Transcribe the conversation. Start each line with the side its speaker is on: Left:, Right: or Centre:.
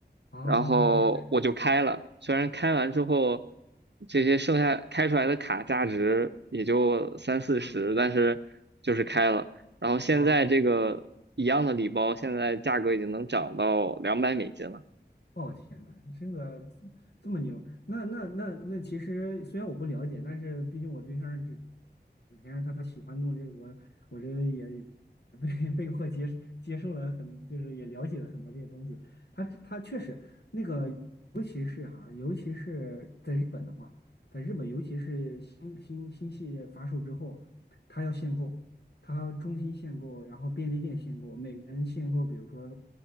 Left: 哦，
Right: 然后我就开了，
Left: 这不是
Right: 虽然开完之后，这些剩下开出来的卡价值也就三四十，
Left: 啊
Right: 但是就是开了。然后现在这个一样的礼包，
Left: 啊
Right: 现在价格已经能涨到两百美金了。
Left: 哦天呐，这个这么牛，那那那那其实虽然我不了解，但是毕竟我对象这平时他他喜欢弄这个，我我这也被被迫接接受了很，就是也了解了很多这些东西。他他确实那个，尤其是哈，尤其是在日本的话，在日本尤其是新新新系列发售之后，他要限购，他中心限购，然后便利店限购，每个人限购，比如说